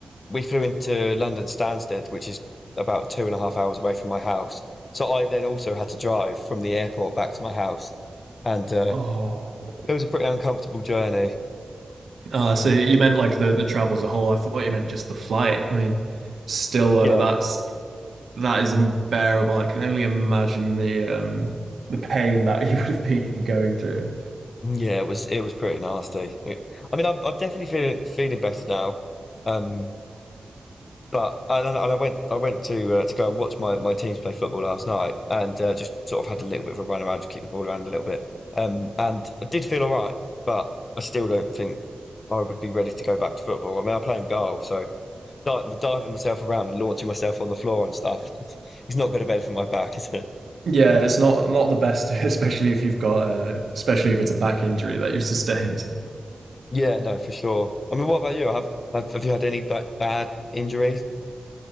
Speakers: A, on the left (about 50°); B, on the right (about 65°).
A: we flew into London Stansted, which is about two and a half hours away from my house. So I then also had to drive from the airport back to my house, and uh,
B: Oh.
A: it was a pretty uncomfortable journey.
B: Ah, so you meant like the the travel as a whole. I thought you meant just the flight. I mean, still uh,
A: Yeah,
B: that's that is unbearable. I can only imagine the um the pain that <laughs> you would have been going through.
A: yeah, it was it was pretty nasty. It, I mean, I'm, I'm definitely feeling feeling better now. Um, But and, I- and I went I went to uh, to go and watch my, my teams play football last night and uh, just sort of had a little bit of a run around to kick the ball around a little bit. Um, and I did feel all right, but I still don't think I would be ready to go back to football. I mean, I play in goal, so di diving myself around and launching myself on the floor and stuff <laughs> is not going to benefit my back, is it?
B: Yeah, it's not not the best, <laughs> especially if you've got uh, especially if it's a back injury that you've sustained.
A: Yeah, no, for sure. I mean, what about you? Have have, have you had any like bad injuries?